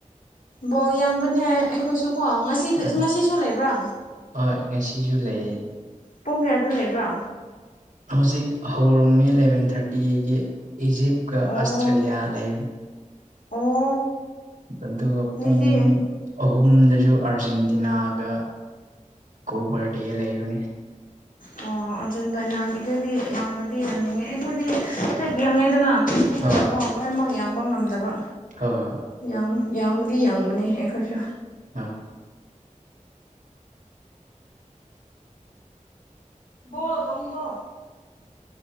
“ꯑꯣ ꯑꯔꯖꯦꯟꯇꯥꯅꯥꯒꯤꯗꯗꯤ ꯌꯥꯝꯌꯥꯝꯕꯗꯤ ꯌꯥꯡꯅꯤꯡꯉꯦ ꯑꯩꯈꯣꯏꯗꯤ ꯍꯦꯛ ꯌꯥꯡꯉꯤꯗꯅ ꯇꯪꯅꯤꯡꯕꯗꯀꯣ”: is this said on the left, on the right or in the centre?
Left